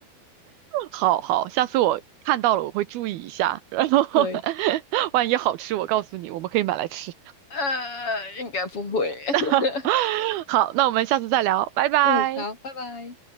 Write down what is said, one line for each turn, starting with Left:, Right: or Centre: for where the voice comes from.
Right: 好好，下次我看到了我会注意一下，然后 <laughs>
Left: 对，
Right: 万一好吃，我告诉你，我们可以买来吃。
Left: 呃，应该不会。<laughs>
Right: <laughs> 好，那我们下次再聊，拜拜。
Left: 嗯，好，拜拜。